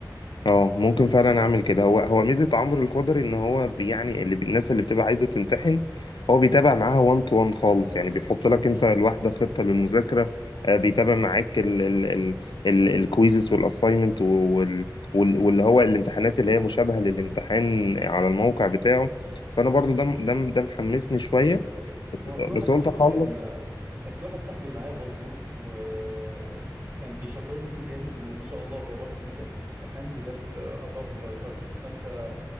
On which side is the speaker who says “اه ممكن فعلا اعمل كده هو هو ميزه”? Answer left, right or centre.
Left